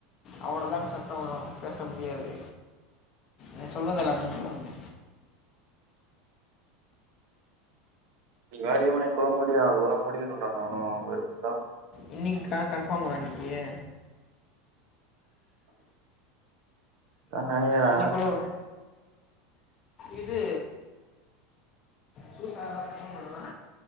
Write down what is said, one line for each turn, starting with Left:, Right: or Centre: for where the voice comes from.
Left: அவ்ளோதாங் சத்த வரு பேச முடியாது அ சொல்வதல்லாம் <unintelligible> உன்னே
Right: நீங்க வேறியு ஊனே குல முடியு அது உல முடியனுன்டா நானு வெறுத் தா
Left: இன்னிக் கா கன்ஃபார்மா அன்னிக்யே
Right: தா நனிகிறா
Left: இன்னைக்குள்ள இது சூஸ்கா அதால ஃபோன் பண்ணுறா